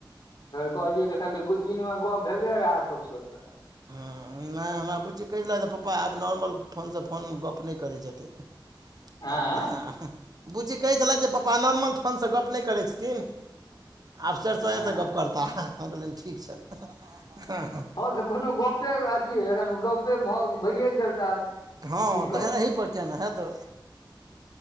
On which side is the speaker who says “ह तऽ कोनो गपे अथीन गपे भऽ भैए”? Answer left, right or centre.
Left